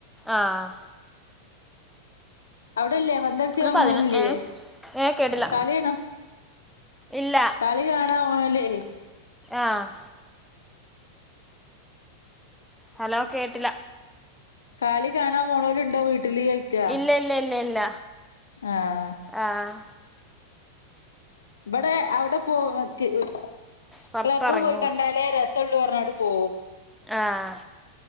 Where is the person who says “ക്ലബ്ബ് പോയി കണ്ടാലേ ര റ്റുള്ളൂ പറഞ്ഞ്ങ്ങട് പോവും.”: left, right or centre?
Left